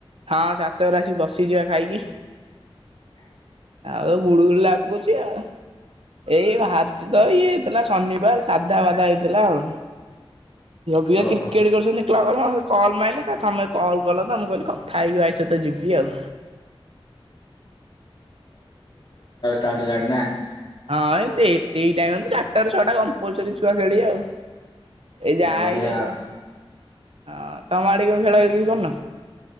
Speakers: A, on the right; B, on the left.
A: ହଁ ଚାତ ବରେ ଆସି ବସିଯିବା ଖାଇକି।
B: ହଁ।
A: ଆଉ ଗୁଳିଗୁଳି ଲାଗୁଛି ଆଉ ଏଇ ଭାତଛି ତ ଇଏ ଥିଲା ଶନିବାର ସାଧା ବାଲା ହେଇଥିଲା ଆଉ। ବି
B: ଓହୋ
A: କ୍ରିକେଟ କରୁଛନ୍ତି କ୍ କଲ ମହିିଲ କ ତମେ କଲ୍ କଲ ତ ମୁଁ କହିଲି କଥା ଖାଇକି ବାଇସ ତ ଯିବି ଆଉ।
B: ତାଡ଼ିଲଣି ନା।
A: ହଁ ଏମତି ଏଇ ଏଇ ଟାଇମ୍ ରେ ଚାରିଟାରୁ ଛଅଟା କମ୍ପଲସରି ଛୁଆ ଖେଳିବେ ଆଉ। ଏଇ ଯାହା
B: ବଢିଆ
A: ହେଇଯାଉ ଆଉ। ହଁ ତମ ଆଡ଼େ ବି କଣ ଖେଳାଖେଳି କିଏ କରୁନ?